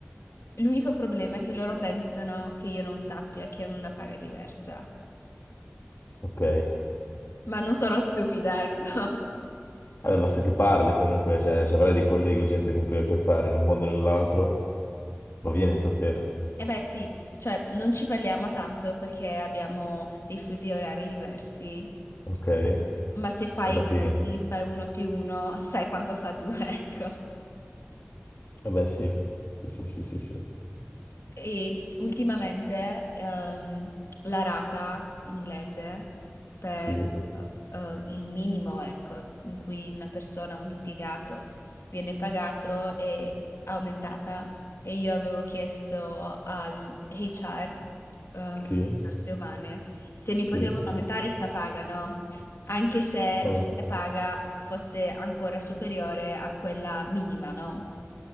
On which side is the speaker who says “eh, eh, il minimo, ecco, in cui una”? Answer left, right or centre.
Left